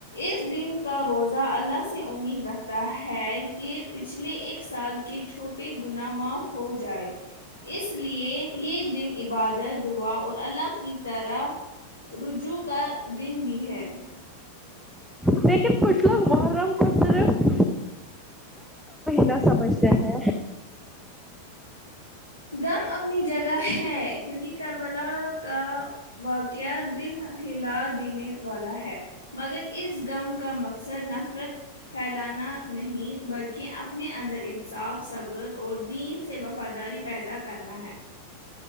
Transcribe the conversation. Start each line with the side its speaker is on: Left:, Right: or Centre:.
Left: اس دن کا روزہ اللہ سے امید رکھتا ہے کہ پچھلے ایک سال کی چھوٹیے گنا معاف ہو جائے اس لیے یہ دن عبادت دعا اور اللہ کی طرف رجوع کا دن بھی ہے
Centre: لیکن کچھ لوگ محرم کو صرف نہ سمجھتے ہیں
Left: غم اپنی جگہ ہے کیونکہ کربلا کا واقعہ دل ہلا دینے والا ہے مگر اس غم کا مقصد نفرت پھیلانا نہیں بلکہ اپنے اندر انصاف صبر اور دین سے وفاداری پیدا کرنا ہے